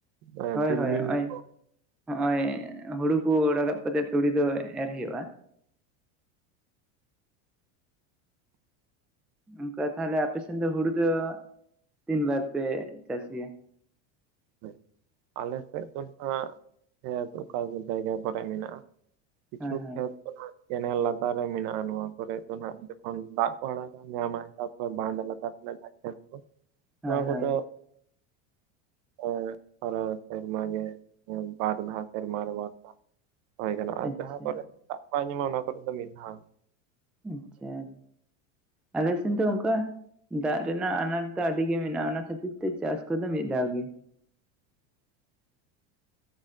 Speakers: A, on the right; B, in the centre.
A: ᱮ,
B: ᱦᱳᱭ
A: ᱛᱤᱞᱢᱤᱧ
B: ᱦᱳᱭ ᱦᱚᱜ-ᱚᱭ
A: ᱠᱚ?
B: ᱦᱚᱜ-ᱚᱭ ᱦᱩᱲᱩ ᱠᱚ ᱨᱟᱠᱟᱵ ᱠᱟᱛᱮᱜ ᱛᱩᱲᱤ ᱫᱚ ᱮᱨ ᱦᱩᱭᱩᱜ-ᱟ᱾ ᱚᱱᱠᱟ ᱛᱟᱦᱚᱞᱮ ᱟᱯᱮ ᱥᱮᱱ ᱫᱚ ᱦᱩᱲᱩ ᱫᱚ ᱛᱤᱱ ᱵᱟᱨ ᱯᱮ ᱪᱟᱥ ᱜᱮᱭᱟ?
A: ᱦᱳᱭ ᱟᱞᱮ ᱥᱮᱫ ᱫᱚ ᱱᱟᱦᱟᱸᱜ ᱠᱷᱮᱛ ᱚᱠᱟ ᱠᱚ ᱡᱟᱭᱜᱟ ᱠᱚᱨᱮ ᱢᱮᱱᱟᱜ-ᱟ᱾ ᱠᱤᱪᱷᱩ
B: ᱦᱳᱭ ᱦᱳᱭ
A: ᱠᱷᱮᱛ ᱠᱚ ᱱᱟᱦᱟᱸᱜᱼᱼ ᱠᱮᱱᱮᱞ ᱞᱟᱛᱟᱨ ᱨᱮ ᱢᱮᱱᱟᱜ-ᱟ, ᱱᱚᱣᱟ ᱠᱚᱨᱮ ᱫᱚ ᱱᱟᱦᱟᱜ ᱡᱚᱠᱷᱚᱱ ᱫᱟᱜ ᱠᱚ ᱟᱲᱟᱜᱟ ᱧᱟᱢᱟᱭ ᱛᱟᱨᱯᱚᱨ ᱵᱟᱸᱫᱽ ᱞᱟᱛᱟᱨ ᱨᱮ ᱡᱟᱦᱟᱸᱭᱼᱼ ᱠᱷᱮᱛ ᱠᱚ
B: ᱦᱳᱭ
A: ᱱᱚᱣᱟ ᱠᱚᱫᱚᱼᱼ
B: ᱦᱳᱭ
A: ᱮᱸᱜ ᱯᱚᱨᱮ ᱥᱮᱨᱢᱟ ᱜᱮ ᱵᱟᱨ ᱫᱷᱟᱣ ᱥᱮᱨᱢᱟ ᱨᱮ ᱥᱮᱨᱢᱟ‌ ᱨᱮ ᱵᱟᱨ ᱫᱷᱟᱣ ᱾ ᱦᱳᱭ ᱜᱟᱱᱚᱜᱼᱟ
B: ᱟᱪᱪᱷᱟ
A: ᱡᱟᱦᱟᱸ ᱠᱚᱨᱮᱜ ᱫᱟᱜ ᱵᱟᱭ ᱧᱟᱢᱟ ᱚᱱᱟ ᱠᱚᱨᱮ ᱫᱚ ᱢᱤᱫᱦᱷᱟᱣ᱾
B: ᱟᱪᱪᱷᱟ ᱟᱞᱮ ᱥᱮᱱ ᱫᱚ ᱚᱱᱠᱟ ᱫᱟᱜ ᱨᱮᱱᱟᱜ ᱟᱱᱟᱴ ᱫᱚ ᱟᱹᱰᱤᱜᱤ ᱢᱮᱱᱟᱜᱼᱟ ᱚᱱᱟ ᱠᱷᱟᱹᱛᱤᱨ ᱛᱮ ᱪᱟᱥ ᱠᱚᱫᱚ ᱢᱤᱫ ᱫᱷᱟᱣ ᱜᱮ᱾
A: <inaudible>